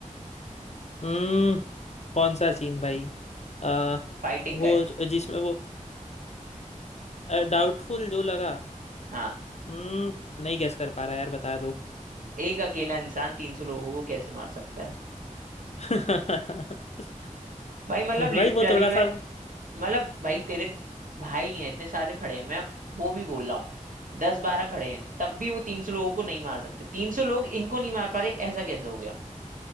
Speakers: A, on the left; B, on the right.
A: हम्म कौन सा सीन भाई आ,
B: फाइटिंग
A: वो
B: का है
A: ज- जिसमें वो डाउटफुल जो लगा
B: हाँ
A: हम्म नहीं गेस कर पा रहा यार बता दो
B: एक अकेला इंसान तीन सौ लोगों को कैसे मार सकता है
A: <laughs>
B: भाई मतलब लिटरली
A: भाई वो थोड़ा
B: मैं
A: सा
B: मतलब भाई तेरे भाई हैं इतने सारे खड़े हैं मैं वो भी बोल रहा हूँ दस बारह खड़े हैं तब भी वो तीन सौ लोगों को नहीं मार सकते तीन सौ लोग इनको नहीं मार पा रहे ऐसा कैसे हो गया